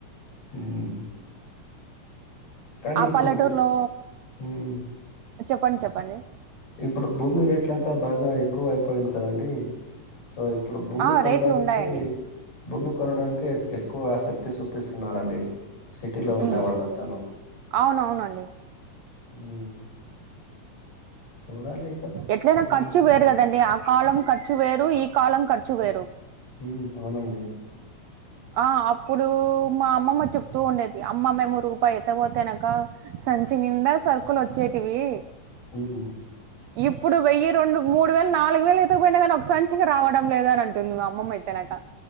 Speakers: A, on the left; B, on the right.
A: ఉం కానీ
B: ఆ
A: ఇప్పుడు
B: పల్లెటూరులో
A: భూ హ్మ్.
B: చెప్పండి చెప్పండి
A: ఇప్పుడు భూమి రేట్లంతా బాగా ఎక్కువ అయిపోయింది కదండి సో ఇప్పుడు భూమి
B: ఆ!
A: కొనడానికి
B: రేట్లుండాయండి.
A: భూమి కొనడానికే ఎక్కువ ఆసక్తి చూపిస్తున్నారండి సిటీలో
B: హ్మ్.
A: ఉండే వాలంతను
B: అవునవునండి.
A: ఉం చూడాలీ ఇక
B: ఎట్లయినా
A: ఏమేమి
B: ఖర్చు
A: చేస్తారు
B: వేరు కదండి ఆ కాలం ఖర్చు వేరు ఈ కాలం ఖర్చు వేరు
A: ఉం అవునండి
B: ఆ ఆ అప్పుడు మా అమ్మమ్మ చెప్తూ ఉండేది అమ్మ మేము రూపాయి ఎత్తక పోతేనాక సంచి నిండా సరుకుల్ వచ్చేటివీ
A: ఉమ్
B: ఇప్పుడు వెయ్యి రెండు మూడు వేలు నాలుగు వేలు ఎతకపోయినా గానీ ఒకసంచికి రావడం లేద అని అంట నువ్వు అమ్మమ్మా అయితే నాకా